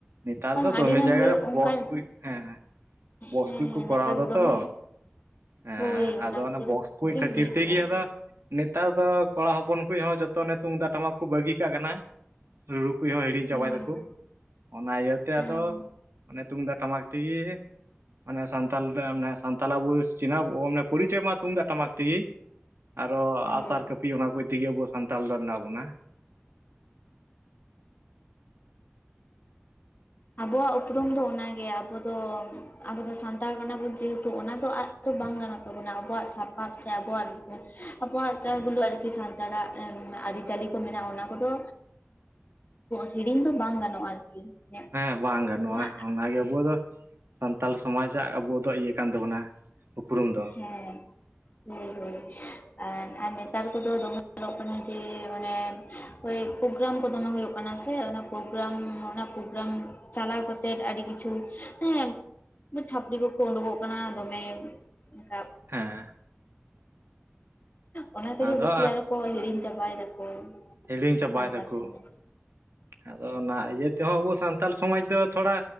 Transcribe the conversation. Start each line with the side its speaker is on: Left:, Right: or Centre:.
Right: ᱱᱮᱛᱟᱨ
Left: ᱵᱟᱝ
Right: ᱫᱚ ᱫᱚᱢᱮ
Left: ᱟᱹᱰᱤ ᱜᱟᱱ
Right: ᱡᱟᱭᱜᱟ
Left: ᱦᱩᱭᱩᱜ
Right: ᱨᱮ
Left: ᱚᱱᱠᱟ
Right: ᱵᱚᱠᱥ
Left: ᱦᱮᱸ
Right: ᱠᱚ ᱦᱮᱸ ᱦᱮᱸ ᱵᱚᱥᱠᱩ
Left: ᱦᱮᱸ
Right: ᱠᱚ ᱠᱚᱨᱟᱣ
Left: ᱱᱮᱛᱟᱨ
Right: ᱫᱟ
Left: ᱫᱚ ᱫᱚᱢᱮ
Right: ᱛᱚ ᱦᱮᱸ
Left: ᱦᱳᱭ
Right: ᱟᱫᱚ
Left: ᱠᱷᱟᱹᱛᱤᱨ
Right: ᱚᱱᱟ ᱵᱚᱠᱥ ᱠᱚ
Left: ᱜᱤᱧ
Right: ᱠᱷᱟᱹᱛᱤᱨ
Left: ᱞᱟᱹᱭ
Right: ᱛᱮᱜᱮ
Left: ᱠᱮᱜᱼᱟ
Right: ᱟᱫᱚ ᱱᱮᱛᱟᱨ ᱫᱚ ᱠᱚᱲᱟ ᱦᱚᱯᱚᱱ ᱠᱚ ᱦᱚᱸ ᱡᱚᱛᱚ ᱱᱮ ᱛᱩᱢᱫᱟᱜ ᱴᱟᱢᱟᱠ ᱠᱚ ᱵᱟᱹᱜᱤ ᱠᱟᱜ ᱠᱟᱱᱟ᱾ ᱨᱩᱨᱩ ᱠᱚᱦᱚᱸ ᱦᱤᱲᱤᱧ
Left: ᱦᱩᱸ
Right: ᱪᱟᱵᱟᱭ ᱫᱟᱠᱚ ᱚᱱᱟ ᱤᱭᱟᱹ ᱛᱮ
Left: ᱦᱩᱸ
Right: ᱟᱫᱚ ᱚᱱᱮ ᱛᱩᱢᱫᱟᱜ ᱴᱟᱢᱟᱠ ᱛᱮᱜᱮ ᱢᱟᱱᱮ ᱥᱟᱱᱛᱟᱞ ᱛᱮ ᱢᱟᱱᱮ ᱥᱟᱱᱛᱟᱞ ᱟᱵᱚ ᱪᱤᱱᱦᱟᱹ ᱯᱚᱨᱤᱪᱚᱭ ᱢᱟ ᱛᱩᱢᱫᱟᱜ ᱴᱟᱢᱟᱠ ᱛᱮᱜᱮ ᱟᱨᱚ
Left: ᱦᱳᱭ
Right: ᱟᱜᱥᱟᱨ ᱠᱟᱹᱯᱤ ᱚᱱᱟ ᱠᱚ ᱛᱮᱜᱮ ᱟᱵᱚ ᱥᱟᱱᱛᱟᱞ ᱫᱚ ᱢᱮᱱᱟᱜ ᱵᱚᱱᱟ᱾
Left: ᱟᱵᱚᱣᱟᱜ ᱩᱯᱨᱩᱢ ᱫᱚ ᱚᱱᱟᱜᱮ ᱟᱵᱚ ᱫᱚ ᱟᱵᱚ ᱫᱚ ᱥᱟᱱ ᱛᱟᱲ ᱠᱟᱱᱟ ᱵᱚᱱ ᱡᱮᱦᱮᱛᱩ ᱚᱱᱟ ᱫᱚ ᱟᱫ ᱫᱚ ᱵᱟᱝ ᱜᱟᱱᱚᱜ ᱛᱟᱵᱚᱱᱟ ᱟᱵᱚᱣᱟᱜ ᱥᱟᱯᱟᱵ ᱥᱮ ᱟᱵᱚᱣᱟᱜ ᱟᱵᱚᱣᱟᱜ ᱡᱟ ᱜᱩᱞᱳ ᱟᱨᱠᱤ ᱥᱟᱱᱛᱟᱲᱟᱜ ᱟᱹᱨᱤ ᱪᱟᱹᱞᱤ ᱠᱚ ᱢᱮᱱᱟᱜ-ᱟ ᱚᱱᱟ ᱠᱚᱫᱚ ᱦᱤᱲᱤᱧ ᱫᱚ ᱵᱟᱝ ᱜᱟᱱᱚᱜ-ᱟ ᱟᱨᱠᱤ᱾ ᱤᱧᱟᱹᱜ
Right: ᱦᱮᱸ ᱵᱟᱝ ᱜᱟᱱᱚᱜ-ᱟ
Left: ᱚᱱᱟ
Right: ᱚᱱᱟᱜᱮ ᱟᱵᱚ ᱫᱚ ᱥᱟᱱᱛᱟᱞ ᱥᱚᱢᱟᱡᱟᱜ ᱟᱵᱚ ᱫᱚ ᱤᱭᱟᱹ ᱠᱟᱱ ᱛᱟᱵᱚᱱᱟ᱾ ᱩᱯᱨᱩᱢ
Left: ᱦᱮᱸ
Right: ᱫᱚ
Left: ᱦᱮ ᱦᱮᱸ ᱮᱸ ᱟᱨ ᱱᱮᱛᱟᱨ ᱠᱚᱫᱚ ᱫᱚᱢᱮ ᱧᱮᱞᱚᱜ ᱠᱟᱱᱟ ᱡᱮ ᱚᱱᱮ ᱳᱭ ᱯᱨᱳᱜᱨᱟᱢ ᱠᱚ ᱫᱚᱢᱮ ᱦᱩᱭᱩᱜ ᱠᱟᱱᱟ ᱥᱮ ᱚᱱᱟ ᱯᱨᱳᱜᱨᱟᱢ ᱚᱱᱟ ᱯᱨᱳᱜᱨᱟᱢ ᱪᱟᱞᱟᱣ ᱠᱟᱛᱮᱫ ᱟᱹᱰᱤ ᱠᱤᱪᱷᱩ ᱦᱮᱸ ᱪᱷᱟᱯᱲᱤ ᱠᱚᱠᱚ ᱩᱰᱩᱠᱚᱜ ᱠᱟᱱᱟ ᱫᱚᱢᱮ ᱮᱠᱟᱞ
Right: ᱦᱮᱸ
Left: ᱚᱱᱟ ᱛᱮᱜᱮ
Right: ᱟᱫᱚ
Left: ᱵᱮᱥᱤ ᱟᱨᱚ ᱠᱚ ᱦᱤᱲᱤᱧ ᱪᱟᱵᱟᱭ ᱫᱟᱠᱚ᱾
Right: ᱦᱤᱲᱤᱧ ᱪᱟᱵᱟᱭ
Left: ᱥᱟᱱᱛᱟᱲ
Right: ᱫᱟᱠᱚ
Left: ᱥᱚᱢᱟᱡᱽ
Right: ᱟᱫᱚ ᱚᱱᱟ ᱤᱭᱟᱹ ᱛᱮᱦᱚᱸ ᱟᱵᱚ ᱥᱟᱱᱛᱟᱞ ᱥᱚᱢᱟᱡᱽ ᱫᱚ ᱛᱷᱚᱲᱟ